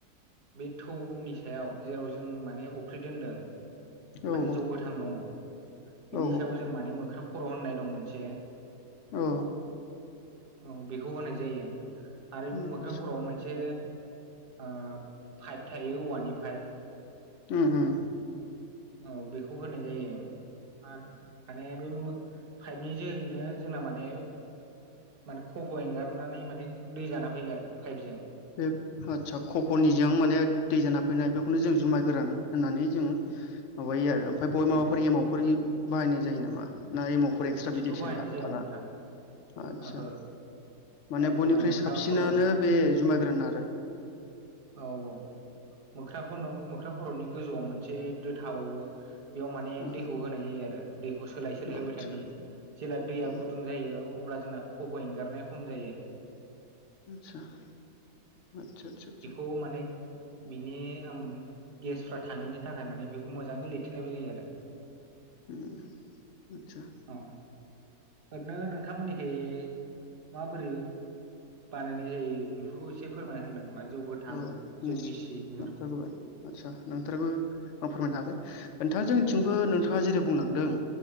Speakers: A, on the right; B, on the left.
A: बे थौनि सायाव जेराव जों माने फ्रि दोनदों
B: औ
A: माने जौ गोथां दङ। बिनि
B: औ
A: सायाव जों माने मोख्रा खर' होननाय दं मोनसे
B: ओ।
A: औ बेखौ होनाय जायो आरो बे
B: आदसा
A: मो ओ मोनसे ओ पाइप थायो औवानि पाइप।
B: उम-उम।
A: औ बेखौ होनाय जायो आरो माने बे मो पाइपनि जोहैनो जोंना माने-माने खफ' एंगारनानै माने दै जाना फैयो आरो पाइपजों
B: बे आतसा कपनिजों माने दै जाना फैनाय बे खौनो जों जुमाय गोरान होननानै जों माबायो आरो ओमफ्राय बाव माबाफोर
A: औ
B: एमावफोर बाहायनाय जायो नामा ना एमावफोर एक्सट्रा
A: बिदिथ'
B: बिदि
A: बाहायनाय
B: थेला
A: जाया
B: थाला
A: नोंथां
B: आदसा।
A: ओहो
B: माने बयनिख्रुइ
A: जोंना मोख्रा
B: साबसिनानो
A: खर'नि
B: बे जुमायगोरान आरो।
A: औ-औ मोख्रा खन मोख्रा खर'नि गोजौआव मोनसे दो थाबावो। बेयाव माने
B: अ
A: दैखौ होनाय जायो आरो दैखौ सोलाय-सोलाय होबाय
B: आदसा
A: थानाय जायो। जेला दैया
B: अ
A: गुदुं जायो अब्ला जोंना खफ' एंगारनाया खम जायो।
B: आतसा-आतसा-आतसा-आतसा।
A: खौ माने बिनि ओम गेसफ्रा थाङैनि थाखाय माने बेखौ मोजाङै लिरथेनायबो जायो आरो।
B: उम आतसा
A: औ ओरैनो नोंथांमोननिखै माबोरै बानायनाय जायो बेफोरखौ एसे फोरमायना होनदों नामा जौ गोथां
B: उम
A: जौ
B: नोंसि
A: गिसि बेफोरखौ
B: नोंथारगैबा आदसा नोंथारगोबा आं फोरमायनो हागोन नोंथां जोंथिंबो नोंथाङा जेरै बुंलांदों